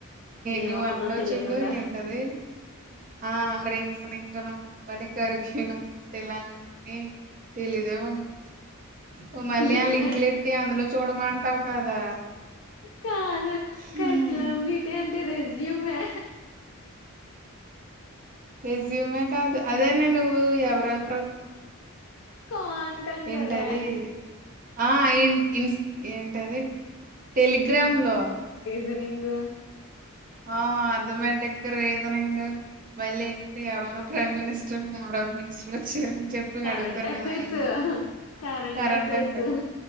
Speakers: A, on the left (about 70°); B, on the right (about 40°).
A: ఏమొత్తదో
B: నువ్వు అంటావ్
A: తెలియకుండా
B: చూడు ఏంటది ఆ రింగ్స్ ఎలిగలం వనికరుక్షులమ్ టిలైన్ ఏ తెలీదే బాబు మళ్ళీ
A: ఏమే
B: ఆ లింక్లులెట్టి అందులో చూడ మంటావు కదా
A: కాదు
B: హ్మ్.
A: కర్కిలాం వీటే అంటే రేస్యుమే
B: రేజ్యూమే కాదు అదేన్న నువ్వు నువ్వు ఎవరేవరు ఎవరేవరు
A: కాంట్ అంటారే
B: ఏంటది ఆ ఇన్ ఏంటది టెలిగ్రామ్లో
A: జనింగ్
B: ఆ అర్ధమాటిక్ రీజనింగ్ మళ్ళీ prime minister are are minister వచ్చారు <unintelligible> చెప్పు
A: కరెంట్
B: అడుగుతారు
A: అఫైర్స్
B: కదా అయ
A: కరెంట్
B: కరంటే
A: అఫైర్స్
B: సారు <unintelligible>